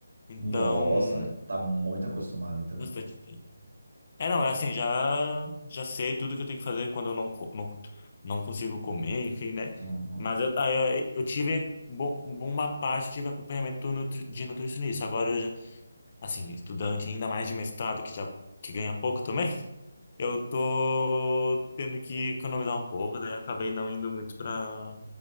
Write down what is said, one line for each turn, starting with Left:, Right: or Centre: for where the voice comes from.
Left: então.
Right: Nossa, tá muito acostumado, então.
Left: Bastante tempo. É, não, é assim, já, já sei tudo que eu tenho que fazer quando eu não, co- não, não consigo comer, enfim, né?
Right: Uhum.
Left: Mas eu, aí eu, eu tive bom, uma parte, tive acompanhamento nutri- de nutricionista. Agora eu já. assim, estudante, ainda mais de mestrado, que já que ganha pouco também, <laughs> eu tô tendo que economizar um pouco, daí acabei não indo muito pra,